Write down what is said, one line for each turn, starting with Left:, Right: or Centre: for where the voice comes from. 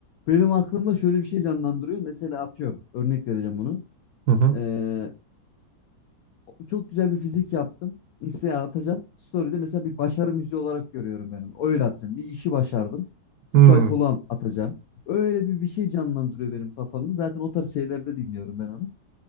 Left: benim aklımda şöyle bir şey canlandırıyor. Mesela atıyorum. Örnek vereceğim bunu.
Right: Hı hı.
Left: Ee, çok güzel bir fizik yaptım. Insta'ya atacağım. Story'de mesela bir başarı müziği olarak görüyorum benim. Öyle atacağım. Bir işi başardım. Skyfall'u
Right: Hı
Left: an- atacağım. Öyle bir, bir şey canlandırıyor benim kafamda. Zaten o tarz şeylerde dinliyorum ben onu.